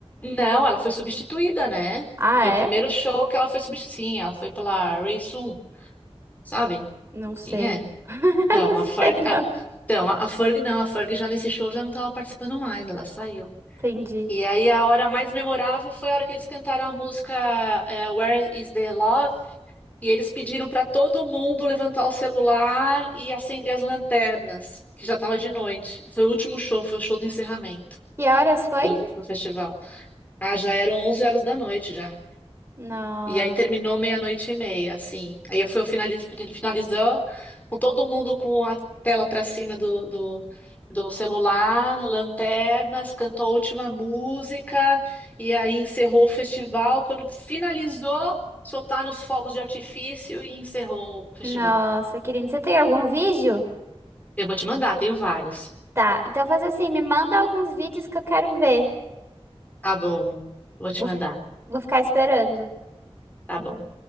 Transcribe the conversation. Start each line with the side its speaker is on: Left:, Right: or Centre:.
Left: Não, ela foi substituída, né?
Right: Ah,
Left: Foi
Right: é?
Left: o primeiro show que ela foi substituída. Sim, ela foi pela Ray Sun, sabe?
Right: Não sei.
Left: Quem é?
Right: <laughs> Não
Left: Então,
Right: sei,
Left: a Ferg.
Right: não.
Left: a- Então, a a Ferg não, a Ferg já nesse show já não tava participando mais, ela saiu.
Right: Entendi.
Left: E aí a hora mais memorável foi a hora que eles cantaram a música eh, Where is the Love? E eles pediram para todo mundo levantar o celular e acender as lanternas, que já estava de noite. Foi o último show, foi o show do encerramento
Right: Que horas foi?
Left: do, do festival. Ah, já eram onze horas da noite já.
Right: No...
Left: E aí terminou meia-noite e meia, assim. Aí eu fui finaliz- finalizando com todo mundo com a tela para cima do, do, do celular, lanternas, cantou a última música, e aí encerrou o festival. Quando finalizou, soltaram os fogos de artifício e encerrou o festival.
Right: Nossa, querido. Você tem algum vídeo?
Left: Eu vou te mandar, tenho vários.
Right: Tá, então faz assim, me manda alguns vídeos que eu quero ver.
Left: Tá bom, vou te
Right: Vou,
Left: mandar.
Right: vou ficar esperando.
Left: Tá bom.